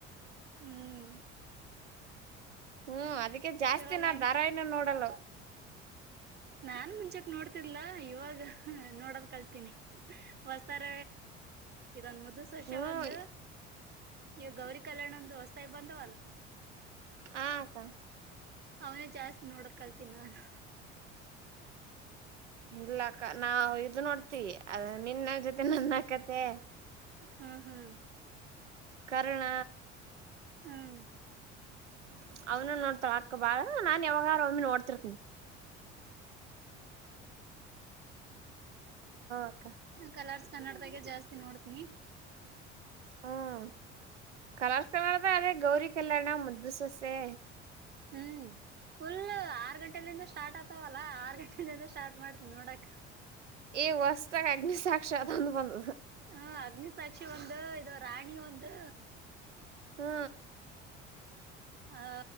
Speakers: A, on the right; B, on the right.
A: ಹ್ಮ್
B: ಹ್ಮ್ ಅದಕ್ಕೆ ಜಾಸ್ತಿ
A: ಇವಾಗ
B: ನಾ ದಾರ ನೂ ನೋಡಲ್ಲ
A: ನಾನ್ ಮುಂಚಕ್ ನೋಡ್ತಿಲ್ಲಾ ಇವಾಗ ನೋಡೋದ ಕಲ್ತೀನಿ ಹೊಸ್ತಾರ ಇದೊನ್ ಮುದು ಸಷ
B: ಹ್ಮ್
A: ಒಂದು ಇವ ಗೌರಿ ಕಲ್ಯಾಣ ಒಂದು ಹೊಸ್ತ ಬಂದವಲ್ಲ
B: ಹತಾ
A: ಅವನೇ ಜಾಸ್ತಿ ನೋಡ ಕಲ್ತನ್ನಾನು
B: ಇಲ್ಲಕ್ಕ ನಾವು ಇದು ನೋಡ್ತಿವಿ ಅದ ನಿನ್ನ ಜೊತೆ ನನ್ನ ಕತೆ
A: ಹಾ ಹಾ
B: ಕರುಣ
A: ಹ
B: ಹ ಅವ್ನು ನೋಡ್ತಾಳ ಅಕ್ಕ ಬಾಳ ನಾನ್ ಯಾವಾಗಾರ ಒಮ್ಮೆ ನೋಡ್ತಿರ್ತಿ ಅಕ್ಕ
A: ಕಲ ಕನ್ನಡದಾಗೆ ಜಾಸ್ತಿ ನೋಡ್ತನಿ
B: ಹ್ಮ್ ಕಲರ್ ಕಲರ್ದ ಅದೇ ಗೌರಿ ಕಲ್ಯಾಣ ಮುದ್ದು ಸೊಸೆ
A: ಹ್ಮ್ ಫುಲ್ ಆರ್ ಗಂಟೆಲಿಂದ ಸ್ಟಾರ್ಟ್ ಆತವಲ್ಲಾ ಆರ್ ಗಂಟೆಲಿಂದ ಸ್ಟಾರ್ಟ್ ಮಾಡ್ತ ನೋಡಕ್
B: ಏ ಹೊಸ್ತಾಗ ಅಗ್ನಿಸಾಕ್ಷಾತ್ ಅದೊಂದು ಬಂದ
A: ಹ ಅಗ್ನಿ ಸಾಕ್ಷಿ ಒಂದು ಇದು ರಾಣಿ ಒಂದು
B: ಹ್ಮ
A: ಆ